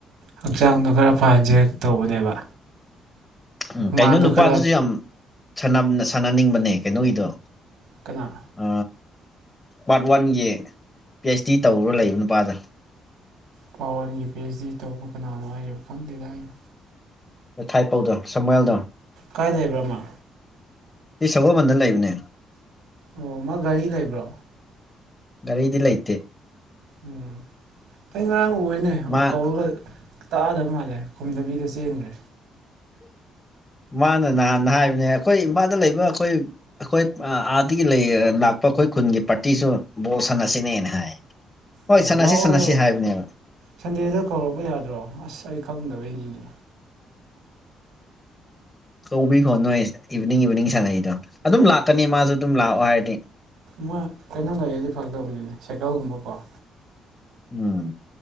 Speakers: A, on the right; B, on the left.
A: ꯍꯛꯆꯥꯡꯗꯣ ꯈꯔ ꯐꯍꯟꯁꯦ ꯇꯧꯕꯅꯦꯕ
B: ꯎꯝ
A: ꯍꯨꯃꯥꯡꯗꯣ
B: ꯀꯩꯅꯣ ꯅꯨꯄꯥꯗꯨꯁꯨ
A: ꯈꯔ
B: ꯌꯥꯝ ꯁꯥꯟ ꯁꯥꯟꯅꯅꯤꯡꯕꯅꯦ ꯀꯩꯅꯣꯒꯤꯗꯣ
A: ꯀꯅꯥ
B: ꯑ ꯄꯥꯔꯠ ꯋꯥꯟꯒꯤ ꯄꯤ ꯑꯩꯆ ꯗꯤ ꯇꯧꯔꯨꯔ ꯂꯩꯕ ꯅꯨꯄꯥꯗꯣ
A: ꯄ꯭ꯔꯥꯠ ꯋꯥꯟꯒꯤ ꯄꯤ ꯑꯩꯆ ꯗꯤ ꯇꯧꯕ ꯀꯅꯥꯅꯣ ꯍꯥꯏꯁꯤꯕꯣ ꯈꯪꯗꯦꯗ ꯑꯩ
B: <unintelligible>
A: ꯀꯥꯏ ꯂꯩꯕ꯭ꯔꯥ ꯃꯥ
B: ꯁꯤ ꯁꯒꯣꯜꯕꯟꯗ ꯂꯩꯕꯅꯦ
A: ꯑꯣ ꯃꯥ ꯒꯥꯔꯤ ꯂꯩꯕ꯭ꯔꯣ
B: ꯒꯥꯔꯤꯗꯤ ꯂꯩꯇꯦ
A: ꯎꯝ ꯑꯩ ꯉꯔꯥꯡ ꯎꯏꯅꯦ
B: ꯃꯥ
A: ꯑꯣ ꯀꯧꯔꯒ ꯇꯥꯗꯕ ꯃꯥꯜꯂꯦ ꯈꯨꯝꯗꯕꯤꯗ ꯆꯦꯟꯈ꯭ꯔꯦ
B: ꯃꯥꯅ ꯅꯍꯥꯟ ꯍꯥꯏꯕꯅꯦ ꯑꯩꯈꯣꯏ ꯏꯝꯐꯥꯜꯗ ꯂꯩꯕ ꯑꯩꯈꯣꯏ ꯑꯩꯈꯣꯏ ꯑ ꯑꯥꯗꯒꯤ ꯂꯩ ꯂꯥꯛꯄ ꯑꯩꯈꯣꯏ ꯈꯨꯟꯒꯤ ꯄꯥꯔꯇꯤꯁꯨ ꯕꯣꯜ ꯁꯥ ꯁꯥꯟꯅꯁꯤꯅꯦꯅ ꯍꯥꯏ ꯍꯣꯏ
A: ꯑꯣ
B: ꯁꯥꯟꯅꯁꯤ
A: ꯂꯥꯛꯑꯣ
B: ꯁꯥꯟꯅꯁꯤ ꯍꯥꯏꯕꯅꯦꯕ
A: ꯁꯟꯗꯦꯗ ꯀꯧꯔꯛꯄ ꯌꯥꯗ꯭ꯔꯣ ꯑꯁ ꯑꯩ ꯈꯪꯗꯕꯩꯅꯤꯅꯦ
B: ꯀꯧꯕꯤ ꯈꯣ ꯅꯣꯏ ꯏꯚꯤꯅꯤꯡ ꯏꯚꯤꯅꯤꯡ ꯁꯥꯟꯅꯩꯗꯣ ꯑꯗꯨꯝ ꯂꯥꯛꯀꯅꯤ ꯃꯥꯁꯨ ꯑꯗꯨꯝ ꯂꯥꯛꯑꯣ ꯍꯥꯏꯔꯗꯤ
A: ꯃꯥ ꯀꯩꯅꯣ ꯂꯩꯔꯗꯤ ꯐꯒꯗꯕꯅꯤꯅꯦ ꯁꯥꯏꯀꯜꯒꯨꯝꯕꯀꯣ
B: ꯎꯝ